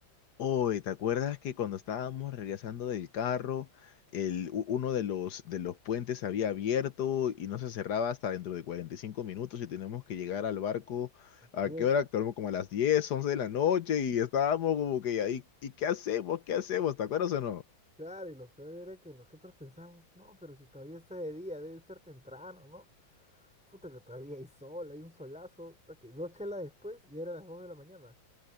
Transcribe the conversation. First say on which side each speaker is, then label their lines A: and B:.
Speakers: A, on the left (about 60°); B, in the centre.
A: Oye, ¿te acuerdas que cuando estábamos regresando del carro, el, u- uno de los, de los puentes había abierto y no se cerraba hasta dentro de 45 minutos y teníamos que llegar al barco a
B: Y
A: qué
B: es.
A: hora? Como, como a las 10, 11 de
B: <laughs>
A: la noche y estábamos como que ahí, ¿y qué hacemos? ¿Qué hacemos? ¿Te acuerdas o no?
B: Claro, y lo peor era que nosotros pensábamos, no, pero si todavía está de día, debe ser temprano, ¿no? Puta que todavía hay sol, hay un solazo, puta que dos chelas después y era las dos de la mañana.